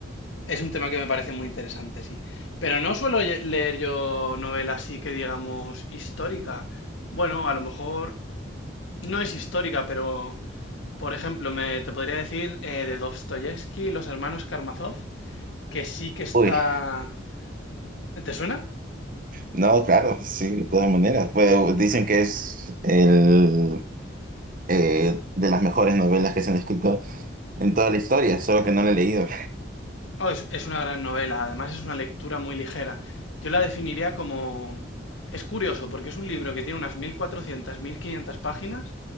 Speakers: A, on the left (about 80°); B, on the right (about 45°).
A: es un tema que me parece muy interesante, sí. Pero no suelo ye- leer yo novela así que digamos histórica. Bueno, a lo mejor no es histórica, pero por ejemplo, me te podría decir eh, de Dostoyevsky, Los hermanos Karamazov, que sí que está...
B: Uy.
A: ¿Te suena?
B: No, claro, sí, de todas maneras. Pues dicen que es el, eh, de las mejores novelas que se han escrito en toda la historia, solo que no la he leído.
A: Oh, es, es una gran novela, además es una lectura muy ligera. Yo la definiría como... Es curioso porque es un libro que tiene unas mil cuatrocientas mil quinientas páginas